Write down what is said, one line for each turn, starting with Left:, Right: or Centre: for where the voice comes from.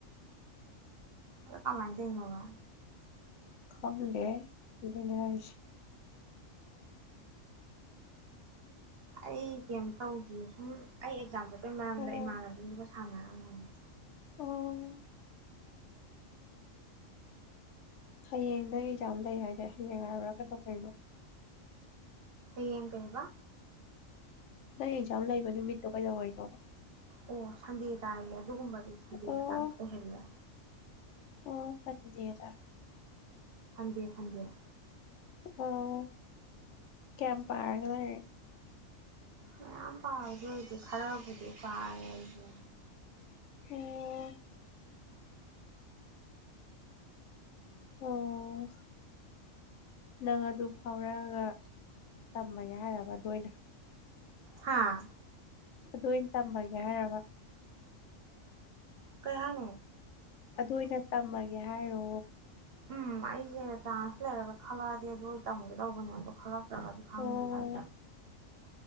Right: ꯑꯗꯣ ꯀꯃꯥꯏ ꯇꯧꯔꯤꯅꯣꯕ
Left: ꯈꯪꯗꯦꯍꯦ ꯑꯗꯨꯅꯦ ꯍꯥꯏꯁꯦ
Right: ꯑꯩ ꯀꯩꯝ ꯇꯧꯗꯤꯌꯦ ꯁꯨꯝ ꯑꯩ ꯑꯦꯛꯖꯥꯝ ꯆ ꯗꯨꯏ ꯃꯔꯝꯗ
Left: ꯑꯣ
Right: ꯏꯃꯥꯟꯅꯕꯤꯒ ꯁꯥꯅꯔꯝꯕꯅꯦ
Left: ꯑꯣ ꯍꯌꯦꯡꯗꯣ ꯑꯦꯛꯖꯥꯝ ꯂꯩ ꯍꯥꯏꯗꯥꯏ ꯍꯌꯦꯡ ꯍꯥꯏꯔꯨꯔꯒ ꯀꯩꯗꯧ ꯀꯔꯤꯕꯣ
Right: ꯍꯩꯌꯦꯡ ꯀꯩꯕ
Left: ꯅꯪ ꯑꯦꯛꯖꯥꯝ ꯂꯩꯕ ꯅꯨꯃꯤꯠꯇꯣ ꯀꯩꯗꯉꯩꯅꯣꯕ
Right: ꯑꯣ ꯁꯟꯗꯦ ꯇꯥꯏꯌꯦ ꯑꯗꯨꯒꯨꯝꯕꯗꯤ ꯁꯟꯗꯦ
Left: ꯑꯣ
Right: ꯈꯇꯪ ꯑꯣꯏꯍꯜꯂꯦ
Left: ꯑꯣ ꯁꯟꯗꯦꯗ
Right: ꯁꯟꯗꯦ ꯁꯟꯗꯦꯗ
Left: ꯑꯣ ꯀꯌꯥꯝ ꯄꯥꯔꯒꯦ ꯂꯥꯏꯔꯤꯛ
Right: ꯃꯌꯥꯝ ꯄꯥꯕꯗ ꯑꯣꯏꯗꯦ ꯈꯔꯕꯨꯗꯤ ꯄꯥꯔꯦ ꯑꯩꯁꯨ
Left: ꯑꯣꯝ ꯑꯣ ꯅꯪ ꯑꯗꯨ ꯐꯥꯎꯔꯛꯑꯒ ꯇꯝꯃꯒꯦ ꯍꯥꯏꯔꯕ ꯑꯗꯨ ꯑꯣꯏꯅ
Right: ꯍꯥꯥ
Left: ꯑꯗꯨ ꯑꯣꯏꯅ ꯇꯃꯒꯦ ꯍꯥꯏꯔꯕ
Right: ꯀꯥꯡꯉꯣ
Left: ꯑꯗꯨ ꯑꯣꯏꯅ ꯇꯝꯃꯒꯦ ꯍꯥꯏꯣ
Right: ꯎꯝ ꯑꯩꯁꯦ ꯆꯥꯟꯁ ꯂꯩꯔꯒ ꯈꯜꯂꯛꯑꯗꯤ ꯑꯗꯨ ꯇꯝꯒꯦ ꯇꯧꯕꯅꯦ ꯑꯗꯣ ꯊꯣꯛꯂꯛꯇ꯭ꯔꯒꯗꯤ ꯈꯪꯗꯦ
Left: ꯑꯣ
Right: ꯍꯥꯏꯇꯥꯔꯦ